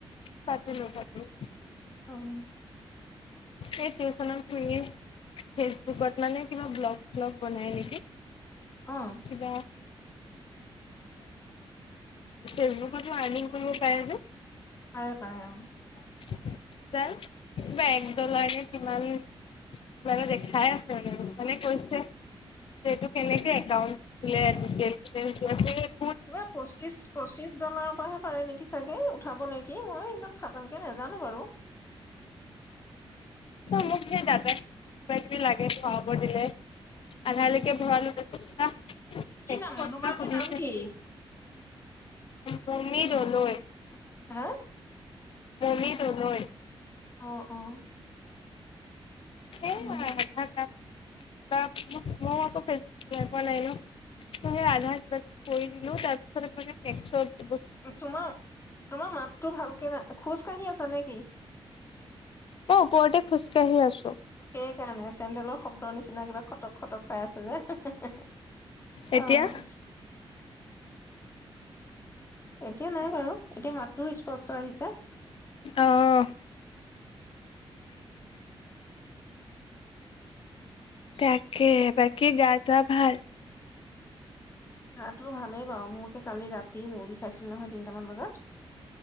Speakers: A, on the left; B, on the left.
A: পাতিলো পাতিলো,
B: অঁ
A: এই টিউচনত খুৰীয়ে ফেচবুকত মানে কিবা ব্লগ চ্লগ বনাই নেকি
B: অঁ
A: কিবা ফেচবুকটো আৰ্নিং কৰিব পাৰে যে
B: পাৰে পাৰে অঁ
A: কিবা একডলাৰে কিমান কিবা এটা দেখাই আছে মানে মানে কৈছে যে এইটো কেনেকে একাউণ্ট খোলে ডিটেইলচ দিয়াচোন
B: কিবা পঁচিছ পঁচিছ পিছৰ পৰাহে পাৰে নেকি চাগে উঠাব নেকি মই একদম খাটাংকে নাজানো জানো বাৰু
A: মোক সেই দাদা কিবা কিবি লাগে খোৱাব দিলে আধালেকে
B: উম
A: ভৰালো তাৰপিছত কিবা
B: কি নাম মানুহ
A: কিবা
B: গৰাকীৰ
A: সুধিছে
B: নাম কি
A: মমী দলৈ।
B: হা
A: মমী দলৈ
B: অ অ
A: এ আধাৰকাড
B: উম
A: মই আকৌ ফেচবুক চাই পোৱা নাই নহয় আধাৰ কিবা কৰি দিলো তাৰ পিছতে একো টেকছ
B: তোমাৰ তোমাৰ মাততো ভালকে নাই খোজ কাহি আছা নেকি?
A: মই উপৰতে খুচকাৰহি আছো।
B: অ সেই সেইকাৰণে চেণ্ডেলৰ শব্দ নিচিনা কিবা খটক খটক পাই আছো যে হে হে
A: এতিয়া
B: অ' উম এতিয়া নাই বাৰু এতিয়া মাত তোৰ স্পষ্ট আহিছে?
A: অহ তাকে বাকী গা যা। ভাল
B: গা টো ভালেই বাৰু মোকে কালি ৰাতি মৰ বিষ খাইছিল নহয় তিনিটামান বজাত